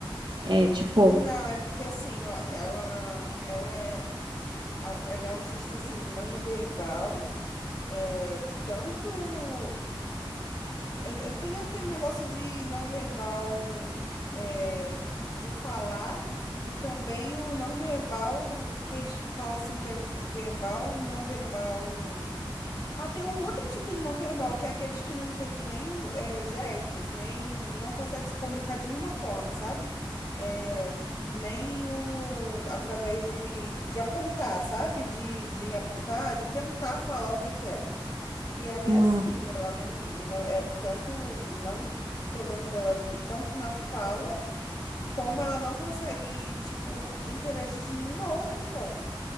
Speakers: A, on the right; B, on the left.
A: É tipo,
B: não, é porque assim, ó, ela, ela é, au- ela é autista assim, não verbal, é tanto é, é, Tem aquele negócio de não verbal, é, de falar, e também o não verbal, que eles falam assim que é verbal, não verbal. Ah, tem um outro tipo de não verbal, que é aqueles que não entendem nem o- é, gestos, nem não conseguem se comunicar de nenhuma forma, sabe? É, nem o através de, de apontar, sabe? De, de apontar, de tentar falar o que quer. E ela
A: hum,
B: é assim, ela não, não é tanto não o problema dela é n- tanto na fala como ela não consegue tipo interagir de nenhuma outra forma.